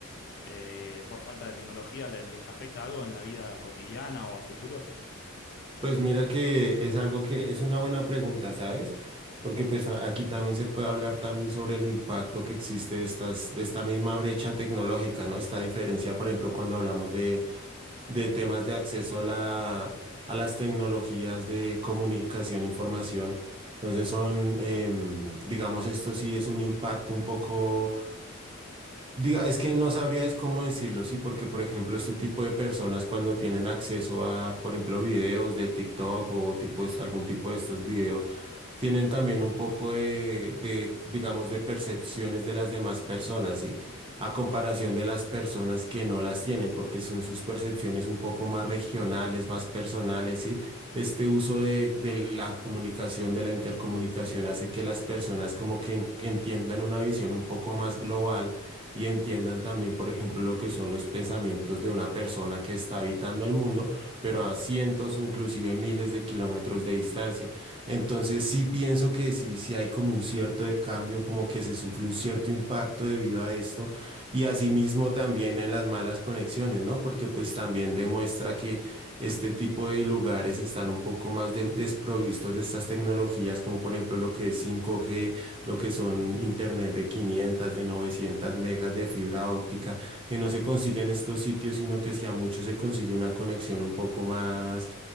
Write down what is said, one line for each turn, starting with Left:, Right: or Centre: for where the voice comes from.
Left: eh, por falta de tecnología? ¿Le- ¿Les afecta algo en la vida cotidiana o a futuro?
Right: Pues mira que es algo que es una buena pregunta, ¿sabes? Porque pues a- aquí también se puede hablar también sobre el impacto que existe de estas, de esta misma brecha tecnológica, ¿no? Esta diferencia, por ejemplo, cuando hablamos de, de temas de acceso a la, a las tecnologías de comunicación, información. Entonces son, em, digamos, esto sí es un impacto un poco Diga, es que no sabría es cómo decirlo, sí, porque por ejemplo este tipo de personas cuando tienen acceso a, por ejemplo, videos de TikTok o tipo, es- algún tipo de estos videos, tienen también un poco de, de, digamos, de percepciones de las demás personas, sí, a comparación de las personas que no las tienen, porque son sus percepciones un poco más regionales, más personales, sí. Este uso de, de la comunicación, de la intercomunicación, hace que las personas como que en- entiendan una visión un poco más global y entiendan también, por ejemplo, lo que son los pensamientos de una persona que está habitando el mundo, pero a cientos o inclusive miles de kilómetros de distancia. Entonces sí pienso que sí, sí hay como un cierto de cambio, como que se sufre un cierto impacto debido a esto y asimismo también en las malas conexiones, ¿no? Porque pues también demuestra que este tipo de lugares están un poco más de- desprovistos de estas tecnologías, como por ejemplo lo que es 5G lo que son internet de 500, de 900 megas de fibra óptica, que no se consigue en estos sitios, sino que si a muchos se consigue una conexión un poco más